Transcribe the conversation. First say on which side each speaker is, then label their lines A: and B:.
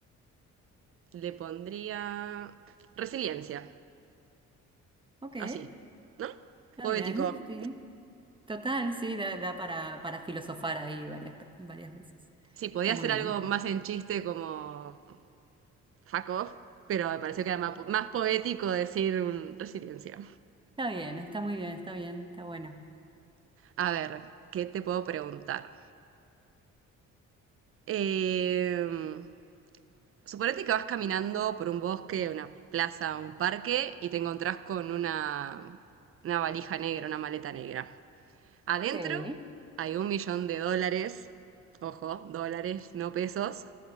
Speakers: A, on the right (about 45°); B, on the right (about 15°).
A: Le pondría resiliencia,
B: Ok.
A: así, ¿no?
B: Está
A: Poético.
B: bien, sí. Total, sí, da, da para, para filosofar ahí varias, pe- varias veces.
A: Sí, podía
B: Está
A: hacer
B: muy bien.
A: algo más en chiste como fuck off, pero me pareció que era más, po- más poético decir un- resiliencia.
B: Está bien, está muy bien, está bien, está bueno.
A: A ver, ¿qué te puedo preguntar? Eh, suponete que vas caminando por un bosque, una plaza, un parque y te encontrás con una, una valija negra, una maleta negra. Adentro
B: Sí.
A: hay un millón de dólares, ojo, dólares, no pesos,